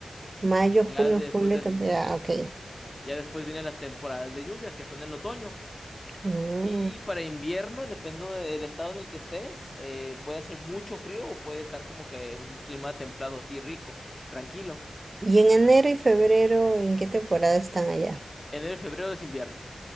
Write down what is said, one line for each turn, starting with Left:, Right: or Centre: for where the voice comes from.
Right: Mayo, junio,
Left: Ya después
Right: julio,
Left: del,
Right: temporada. Ok.
Left: ya después vienen las temporadas de lluvia, que son en otoño.
Right: Mm.
Left: Y para invierno, dependiendo del estado en el que estés, eh, puede hacer mucho frío o puede estar como que un clima templado así rico, tranquilo.
Right: ¿Y en enero y febrero, en qué temporada están allá?
Left: Enero y febrero es invierno.